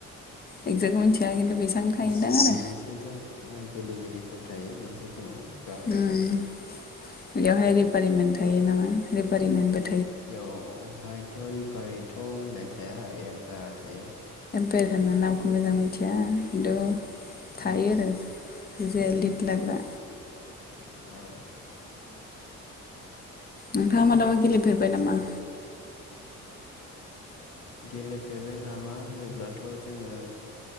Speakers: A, on the left (about 30°); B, on the left (about 75°).
A: एकजेक मिथिया खिन्थु बेसेबां थायोदां
B: जिसे
A: आरो
B: जिसे जन फो ओ गेलेगिरि फोर थायो मोनसे टिमाव। गाहाय
A: उम बेयावहाय रिफारिन मोन थो थायो नामा रिफारिमेन्टबो
B: इयावहायथ'रिफ फारिथ' होननाय थाया एम्पायार थायो।
A: फेर होनो नामखौ मोजां मिथिया खिन्थु थायो
B: औ
A: आरो जे लिट लाग्रा।
B: औ
A: नोंथाङा मालाबा गेलेफेरबाय नामा?
B: गेलेफेरबाय नामा होनोब्लाथ' जोङो